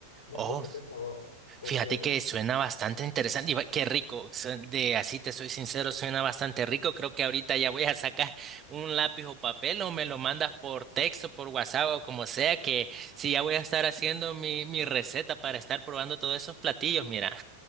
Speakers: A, on the left; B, on the right.
A: Una
B: Oh,
A: explosión de sabores, porque,
B: Fíjate que suena bastante interesante y va- qué rico. su- De así te soy sincero, suena bastante rico. Creo que ahorita ya voy a sacar <laughs> un lápiz o papel o me lo mandas por texto, por WhatsApp o como sea, que sí, ya voy a estar haciendo mi, mi receta para estar probando todos esos platillos. Mira,